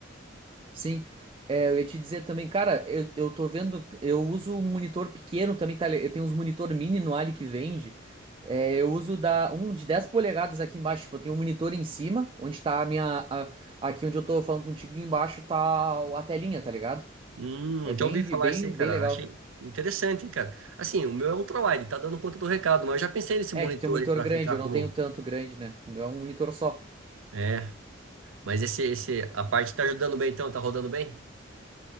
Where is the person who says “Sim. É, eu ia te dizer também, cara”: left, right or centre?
Right